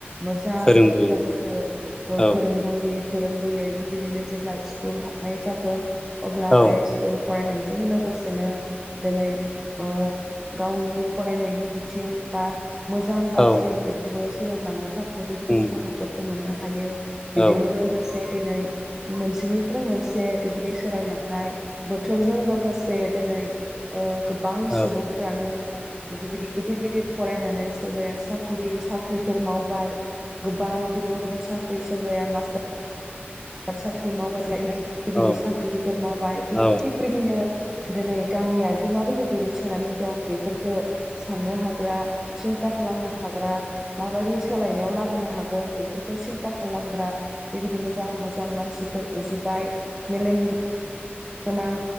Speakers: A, on the right; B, on the left.
A: मोजां
B: फोरोंबोयो
A: हुखियाफोरखौ ओ
B: औ
A: फोरोंबोयै फोरोंबोयै बेबायदिनो जेब्ला स्कुल हाबनाय जागोन अब्ला
B: औ
A: बे स्कुल फरायनायजों लोगोसेनो दिनै ओ गावनि फरायनायनि बिथिं बा मोजां
B: औ
A: गाज्रि बेखौबो फोरोंलांनो थाखा बेबायदि
B: उम
A: खाबुफोरखौ मोना हायो।
B: औ
A: बेजोंनो लोगोसे बे दिनै मोनसेनिफ्राय मोनसे बेबायदि सोलायलांनाय बोथोरजों लोगोसे दिनै ओ गोबां
B: औ
A: सुबुंफ्रानो बेबायदि गिदिर गिदिर फरायनानै सोरबाया साख्रि साख्रिफोर मावबाय गोबां गुबुन गुबुन साख्रि सोरबाया मास्टार <inaudible> साख्रि माव <inaudible> बेबायदि
B: औ
A: साख्रिफोर मावबाय थि
B: औ
A: थिग बिदिनो दिनै गामिया जे माबायदि गोगलैसोनानै दं बेफोरखौ साननो हागोन ग्रा सिन्था खालामनो हाग्रा माबायदि सोलायनायाव लाबोनो हागोन बे बेफोरखौ सिन्था खालामग्रा बेबायदि मोजां मोजां मोजां मानसिफोर उजिबाय मेलेम गो गोनां